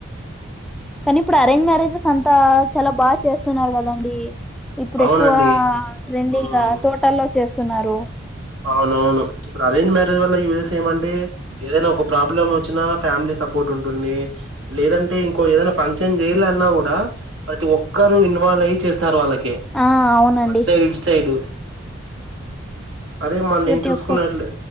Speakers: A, in the centre; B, on the right.
A: కానీ ఇప్పుడు అరేంజ్ మ్యారేజెస్ అంతా చాలా బాగా చేస్తున్నారు కదండి ఇప్పుడు
B: అవునండి
A: ఎక్కువ ట్రెండింగ
B: ఉమ్.
A: తోటాల్లో చేస్తున్నారు
B: అవునవును ఇప్పుడు అరేంజ్ మ్యారేజ్ వల్ల యూజెస్ ఏమంటే ఏదైనా ఒక ప్రాబ్లం వచ్చినా ఫ్యామిలీ సపోర్ట్ ఉంటుంది లేదంటే ఇంకో ఏదైనా ఫంక్షన్ చేయాలే ఆన్నా గూడా ప్రతి ఒక్కరు ఇన్వాల్వ్ అయి చేస్తారు వాళ్ళకి,
A: ఆ అవునండి
B: అటు సైడ్ ఇటు సైడు అదే మ
A: ప్రతి
B: నేను చూసుకున్నట్లే,
A: ఒక్కరు